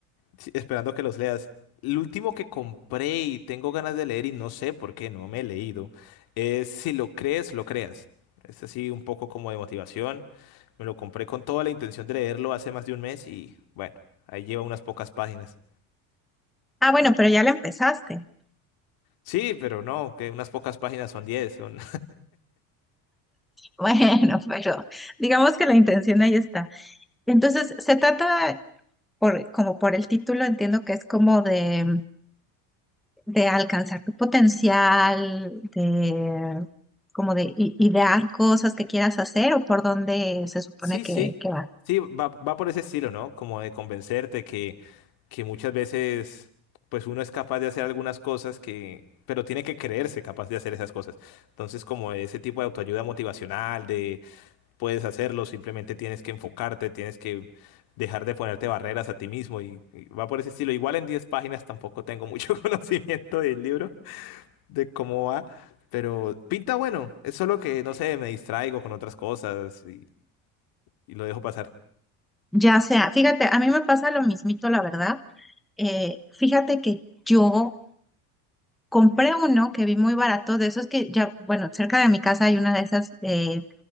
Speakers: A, on the left; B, in the centre.
A: sí, esperando que los leas. El último que compré y tengo ganas de leer y no sé por qué no me he leído es Si lo crees, lo creas. Es así un poco como de motivación. Me lo compré con toda la intención de leerlo hace más de un mes y bueno, ahí lleva unas pocas páginas.
B: Ah, bueno, pero ya la empezaste. <laughs>
A: Sí, pero no, que unas pocas páginas son 10. son
B: Bueno, pero digamos que la intención ahí está. Entonces, se trata, por, como por el título, entiendo que es como de, de alcanzar tu potencial, de como de i- idear cosas que quieras hacer o por dónde se supone
A: Sí,
B: que,
A: sí,
B: que va.
A: sí, va, va por ese estilo, ¿no? Como de convencerte que, que muchas veces, pues uno es capaz de hacer algunas cosas que, pero tiene que creerse capaz de hacer esas cosas. Entonces, como ese tipo de autoayuda motivacional, de puedes hacerlo, simplemente tienes que enfocarte, tienes que dejar de ponerte barreras a ti mismo y, y va por ese estilo. Igual en 10 páginas tampoco tengo mucho <laughs> conocimiento del libro, de cómo va, pero pinta bueno, es solo que, no sé, me distraigo con otras cosas y y lo dejo pasar.
B: Ya sea, fíjate, a mí me pasa lo mismito, la verdad. Eh, fíjate que yo compré uno que vi muy barato, de esos que ya, bueno, cerca de mi casa hay una de esas eh,